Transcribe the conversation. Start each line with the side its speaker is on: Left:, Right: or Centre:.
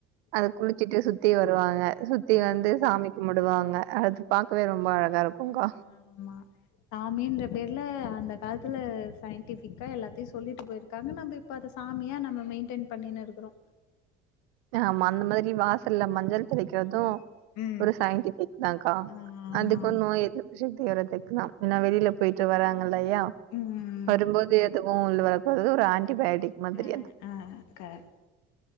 Right: அத குளிச்சுட்டு சுத்தி வருவாங்க சுத்தி வந்து
Left: ஆமா
Right: சாமி கும்முடுவாங்க அது பாக்கவே ரொம்ப அழகாருக்குக்கா
Left: ஆமா சாமின்ற பேர்ல அந்த காலத்துல சயின்டிஃபிக்கா எல்லாத்தையு சொல்லிட்டு போய்ரு காங்க நம்ப இப்ப அத சாமியா நம்ம மெயின்டெய்ன் பண்ணின்னுருக்குறோ
Right: ஆமா அந்த மாரி வாசல்ல மஞ்சள் தெளிக்கற்து
Left: ம் ம்.
Right: ஒரு சயின்டிஃபிக் தான்கா
Left: ஆ ஆமா
Right: அதுக்கு நோய் எதிர்ப்பு சக்தி இருத்துக்குதாம் ஏனா வெளில போய்ட்டு வராங்கல்லயா
Left: ம்
Right: வரும்போது எதுவு உள்ள வரக்கூடாது ஒரு ஆன்டிபயோட்டிக் மாத்ரி
Left: ஆ
Right: அது
Left: ஆ கரெக்ட்